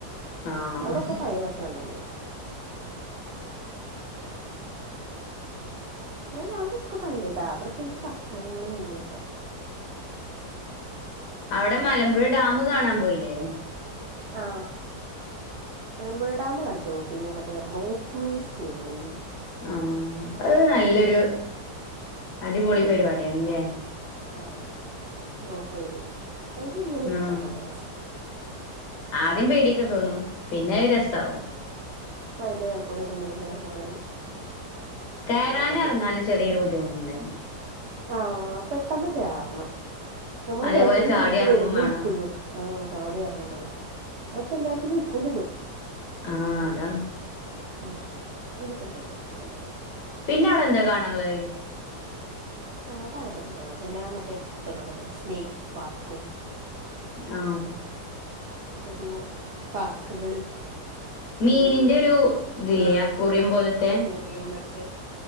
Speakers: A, on the left; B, on the right.
A: ആഹ്
B: അവടൊക്കെ പഴേ ഭക്ഷണംതന്നെയാണ്. അ അവ്ടൊക്കെ പയേതാ. പ്രത്യേകിച്ച് ഭക്ഷണങ്ങളൊന്നൂല്ല്യ.
A: അവ്ടെ മലമ്പുഴ ഡാമ് കാണാൻ പോയിലേ?
B: ആ മലമ്പുഴ ഡാമ് കണ്ടു പിന്നെ മറ്റേ റോപ്പ് വേൽ കേറീ...
A: ആ.. അത് നല്ലൊരു അടിപൊളിപരിപാഡ്യാണ്ലെ.
B: ആ റോപ്പുവേല് അതില്ങ്ങനിരിക്കാൻ
A: ആഹ്
B: നല്ല രസാ.
A: ആദ്യം പേഡ്യൊക്കെതോന്നും പിന്നത് രസാവും.
B: ഇപ്പയ്ന്റെ മേലക്കൂഡ്യൊക്കെ ഇങ്ങനങ്ങനെ പോവാന്
A: കയറാനും
B: സുഖാണല്ലൊ
A: ഇറങ്ങാനും
B: കേറാനുംഎറങ്ങാനും
A: ചെറിയൊരു ബുദ്ധിമുട്ടുണ്ടായിരുന്നു
B: ചെറിയൊരു ബുദ്ധിമുട്ടുണ്ട് ആ. പെട്ടെന്ന്കേറണം. ഞമ്മളബേക്ക്ക്ക്
A: അതേപോലെ ചാടി
B: സീറ്റ്
A: ഇറങ്ങും
B: വരുന്നു
A: വേണം
B: ഇരിക്കുന്നു. ആ... ചാടിഎറങ്ങും മാണം. ഇപ്പല്ലാർക്കും വെയ്ക്കൂലല്ലോ
A: ആ അതാണ്.
B: ഓ.. അയിനക്കെന്തേലൊക്കെ മാറ്റം വരുത്തണം.
A: പിന്നവ്ടെന്ത കാണാള്ളത്?
B: അവ്ടതൊക്കെതന്നെയൊള്ളു പിന്നെ മറ്റേ തൊക്കെണ്ടല്ലൊ സ്നേക്ക് പാർക്കും
A: ആ..
B: ഒരു പാർക്ക്കള് രണ്ട്
A: മീനിന്റെ
B: മൂന്ന് പാർ
A: ഒരു ഇതില്ലേ
B: ആ <unintelligible>
A: അക്കൂറിയം പോലത്തെ
B: അക്കൂറിയയും മറ്റെ